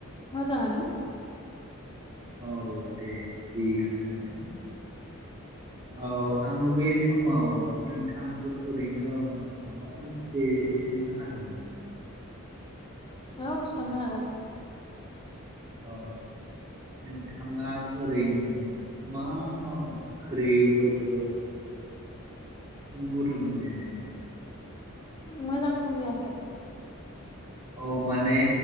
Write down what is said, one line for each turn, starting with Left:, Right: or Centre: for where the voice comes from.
Left: मोजाङानो।
Right: औ दे थिगानो दे। औ आङो बे समाव नोंथांखौ ओरैनो माबा मोनसे सोंनो हागोन ना?
Left: औ सोंनो हागोन।
Right: औ नोंथाङा ओरैनो मा मा ओंख्रिफोरखौ संनो रोङो जेनेबा?
Left: मोजां बुजियाखै?
Right: औ माने